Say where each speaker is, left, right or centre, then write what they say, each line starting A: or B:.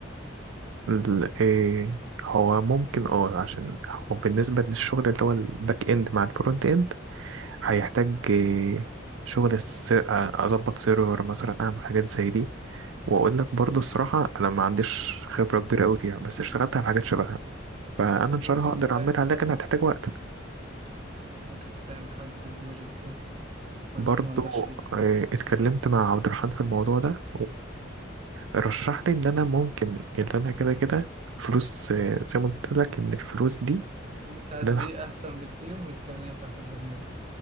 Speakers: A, on the right; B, on the right.
A: ال- إيه هو ممكن اه عشان هو بالنسبة للشغل اللي هو الباك اند مع الفرونت اند هيحتاج إيه شغل الس- آه، أظبط سيرفر مثلا أعمل حاجات زي دي وأقول لك برضه الصراحة أنا ما عنديش خبرة كبيرة أوي فيها بس اشتغلت على حاجات شبهها فأنا إن
B: ممكن
A: شاء الله هقدر
B: تستعين
A: أعملها
B: بحد
A: لكن هتحتاج وقت
B: ممكن تستعين بحد في البروجكت ده ولا
A: برضه
B: انت ما عندكش ال...
A: إيه، اتكلمت مع عبد الرحمن في الموضوع ده رشح لي ان انا ممكن اللي انا كده كده فلوس آه، زي ما قلت لك ان الفلوس دي
B: بتاعت
A: اللي
B: دي
A: انا
B: احسن بكتير من التانية بتاعت البرمجة